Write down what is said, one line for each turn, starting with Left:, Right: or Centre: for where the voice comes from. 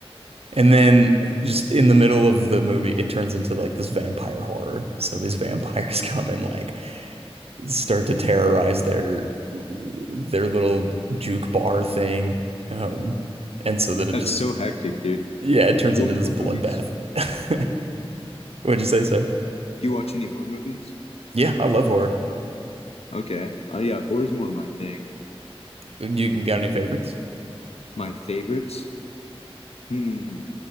Right: And then just in the middle of the movie, it turns into like this vampire horror. So these <laughs> vampires come and like start to terrorize their their little juke bar thing. Um, and so then it
Left: That's
Right: just
Left: so hectic, dude.
Right: yeah, it turns
Left: You
Right: into
Left: watch
Right: this
Left: horror
Right: bloodbath.
Left: movies?
Right: <laughs> What'd you say, sir?
Left: Do you watch any horror movies?
Right: Yeah, I love horror.
Left: Okay. Oh yeah, horror's more my thing.
Right: You got any favorites?
Left: My favorites? Hmm.